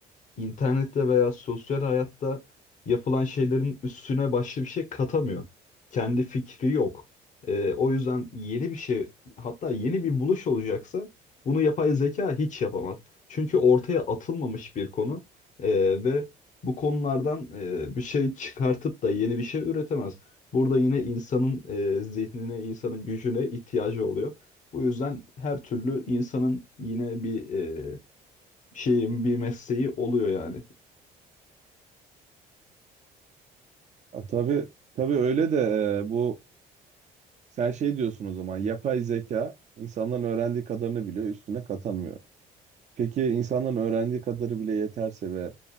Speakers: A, on the left; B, on the right.
A: internette veya sosyal hayatta yapılan şeylerin üstüne başka bir şey katamıyor. Kendi fikri yok. Ee, o yüzden yeni bir şey, hatta yeni bir buluş olacaksa bunu yapay zeka hiç yapamaz. Çünkü ortaya atılmamış bir konu ee, ve bu konulardan e, bir şey çıkartıp da yeni bir şey üretemez. Burada yine insanın e, zihnine, insanın gücüne ihtiyacı oluyor. Bu yüzden her türlü insanın yine bir e, şeyin, bir mesleği oluyor yani.
B: A, tabii tabii öyle de e, bu sen şey diyorsun o zaman yapay zeka insanların öğrendiği kadarını biliyor üstüne katamıyor. Peki insanların öğrendiği kadarı bile yeterse ve